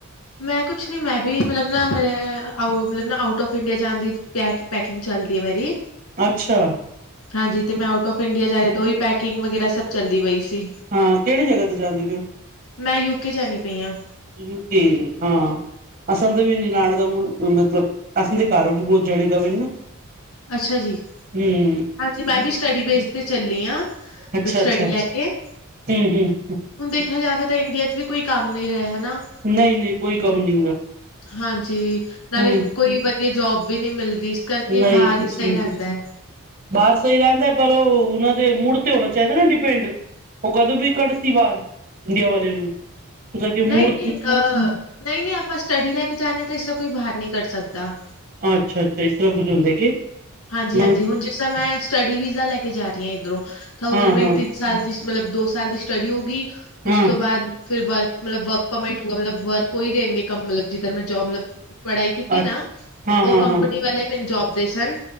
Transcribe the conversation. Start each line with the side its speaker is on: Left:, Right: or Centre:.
Left: ਮੈਂ ਕੁਛ ਨੀ ਮੈਂ ਵੀ ਮਤਲਬ ਨਾ ਮੈਂ ਅਹ ਮਤਲਬ ਨਾ ਆਊਟ ਔਫ ਇੰਡੀਆ ਜਾਨ ਦੀ ਪੈਕ ਪੈਕਿੰਗ ਚੱਲਦੀ ਐ ਮੇਰੀ।
Right: ਅੱਛਾ।
Left: ਹਾਂਜੀ ਤੇ ਮੈਂ ਆਊਟ ਔਫ ਇੰਡੀਆ ਜਾ ਰੀ ਤਾਂ ਓਈ ਪੈਕਿੰਗ ਵਗੈਰਾ ਸਭ ਚੱਲਦੀ ਪਈ ਸੀ।
Right: ਹਾਂ ਕਿਹੜੀ ਜਗ੍ਹਾ ਤੇ ਜਾਂਦੀ ਪੇ ਓ?
Left: ਮੈਂ ਯੂਕੇ ਜਾਣੀ ਪਈ ਹਾਂ
Right: ਯੂ ਕੇ ਹਾਂ। ਅਸਾਂ ਦਾ ਵੀ ਨੀਨਾਣ ਦਾ ਮਤਲਬ ਅਸਾਂ ਦੇ ਘਰ ਵੀ ਬਹੁਤ ਜਣੇ <unintelligible>
Left: ਅੱਛਾ ਜੀ,
Right: ਹੂੰ
Left: ਹਾਂਜੀ ਮੈਂ
Right: ਯੂਕੇ।
Left: ਵੀ ਸਟੱਡੀ ਬੇਸ ਤੇ ਚੱਲੀ ਆਂ। <unintelligible>
Right: ਅੱਛਾ
Left: ਸਟੱਡੀ
Right: ਅੱਛਾ
Left: ਲੈ ਕੇ।
Right: ਹੂੰ ਹੂੰ
Left: ਹੁਣ ਦੇਖਿਆ ਜਾਵੇ ਤਾਂ ਇੰਡੀਆ ਚ ਵੀ ਕੋਈ ਕੰਮ ਨੀ ਹੈ ਹਨਾ।
Right: ਨਹੀਂ ਨਹੀਂ ਕੋਈ ਕੰਮ ਨੀ ਗਾ
Left: ਹਾਂਜੀ ਨਾਲੇ
Right: ਹੂੰ
Left: ਕੋਈ ਕੇ ਜੋਬ ਵੀ ਨਹੀਂ ਮਿਲਦੀ ਇਸ ਕਰਕੇ
Right: ਨਹੀਂ
Left: ਬਾਹਰ
Right: ਕੁਛ
Left: ਹੀ ਸਹੀ
Right: ਨਹੀਂ
Left: ਰਹਿੰਦਾ
Right: ਕੁਛ
Left: ਹੈ
Right: ਬਾਹਰ ਸਹੀ ਰਹਿੰਦਾ ਪਰ ਉਹ ਉਹਨਾਂ ਦੇ ਮੂਡ ਤੇ ਹੋਣਾ ਚਾਹੀਦਾ ਨਾ ਡਿਪੈਂਡ ਉਹ ਕਦੋਂ ਵੀ ਕੱਢ ਸੀ ਬਾਹਰ ਇੰਡੀਆ ਵਾਲੇ ਨੂੰ
Left: ਨਹੀਂ
Right: ਮੁੜ
Left: ਨਹੀਂ ਅਹ ਨਹੀਂ ਨਹੀਂ ਆਪਾਂ ਸਟੱਡੀ ਲੈ ਕੇ ਜਾਂਦੇ ਹਾਂ ਤਾਂ ਇਸਦਾ ਕੋਈ ਬਾਹਰ ਨਹੀਂ ਕਰ ਸਕਦਾ
Right: ਅੱਛਾ ਅੱਛਾ ਇਸ ਤਰ੍ਹਾਂ ਕੁੱਝ ਹੁੰਦਾ ਕਿ
Left: ਹਾਂਜੀ
Right: ਮਨ
Left: ਹਾਂਜੀ ਹੁਣ ਜਿਸ ਤਰ ਮੈਂ ਸਟੱਡੀ ਵੀਜ਼ਾ ਲੈ ਕੇ ਜਾ ਰਹੀ ਹਾਂ ਇੱਧਰੋਂ ਤਾਂ ਉੱਧਰ
Right: ਹਾਂ
Left: ਮੇਰੀ
Right: ਹਾਂ
Left: ਤੇ ਸਾਲ ਦੀ ਮਤਲਬ ਦੋ ਸਾਲ ਦੀ ਸਟੱਡੀ ਹੋਗੀ ਉਸ
Right: ਹਾਂ
Left: ਤੋਂ ਬਾਅਦ ਫਿਰ ਵਰਕ ਮਤਲਬ ਵਰਕ ਪਰਮਿਟ ਮਤਲਬ ਵਰਕ ਉਹ ਹੀ ਦੇਣਗੇ ਮੈਂ ਜਿੱਧਰ ਜੋਬ ਮਤਲਬ ਪੜ੍ਹਾਈ ਕੀਤੀ ਨਾ
Right: ਅੱਛਾ
Left: ਉਹ
Right: ਹਾਂ ਹਾਂ
Left: ਕੰਪਨੀ
Right: ਹਾਂ
Left: ਵਾਲੇ ਪ ਜੋਬ ਦੇ ਸਨ